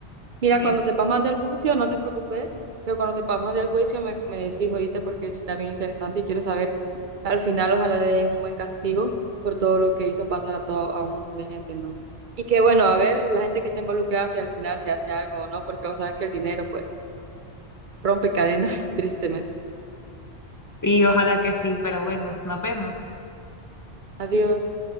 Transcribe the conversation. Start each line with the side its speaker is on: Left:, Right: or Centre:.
Right: Mira,
Left: sí,
Right: cuando sepas más del juicio, no te preocupes, pero cuando sepas más del juicio me, me decís, oíste, porque sí está bien interesante y quiero saber, al final ojalá le den un buen castigo por todo lo que hizo pasar a todo, a un montón de gente, ¿no? Y que bueno, a ver, la gente que está involucrada, si al final se hace algo o no, porque vos sabes que el dinero pues rompe cadenas, <laughs> tristemente.
Left: sí, ojalá que sí, pero bueno, nos vemos.
Right: Adiós.